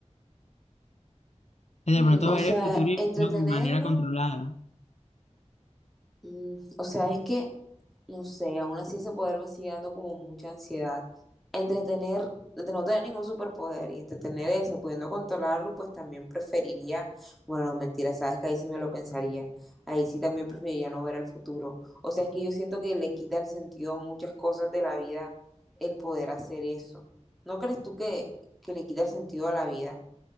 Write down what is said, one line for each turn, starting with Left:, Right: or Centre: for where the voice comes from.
Left: De
Centre: Mm,
Left: pronto
Centre: O
Left: ver
Centre: sea,
Left: el futuro y
Centre: entretenerlo,
Left: verlo de manera controlada.
Centre: mm, o sea, es que No sé, aún así ese poder me sigue dando como mucha ansiedad. Entre tener, entre no tener ningún superpoder y entre tener ese, pudiendo controlarlo, pues también preferiría, bueno, no, mentira, sabes que ahí sí me lo pensaría. Ahí sí también preferiría no ver al futuro. O sea, es que yo siento que le quita el sentido a muchas cosas de la vida el poder hacer eso. ¿No crees tú que, que le quita el sentido a la vida